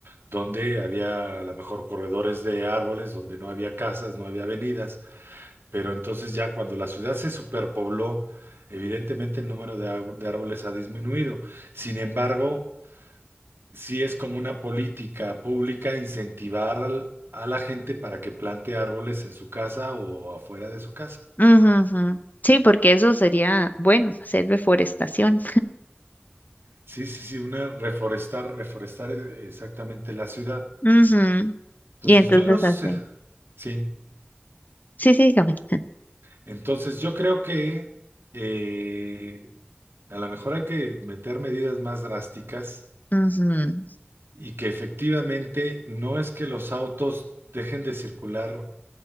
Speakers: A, on the right; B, on the left.
A: donde había a lo mejor corredores de árboles, donde no había casas, no había avenidas, pero entonces ya cuando la ciudad se superpobló, evidentemente el número de, ar- de árboles ha disminuido. Sin embargo, sí es como una política pública incentivar al- a la gente para que plante árboles en su casa o afuera de su casa.
B: Ujú, ujú. Sí, porque eso sería, bueno, hacer deforestación.
A: Sí, sí, sí, una reforestar, reforestar eh, exactamente la ciudad.
B: Ujú.
A: Entonces,
B: Y entonces
A: yo no sé,
B: así.
A: sí.
B: Sí, sí, dígame. <laughs>
A: Entonces, yo creo que eh, a lo mejor hay que meter medidas más drásticas
B: Ujú.
A: y que efectivamente no es que los autos dejen de circular.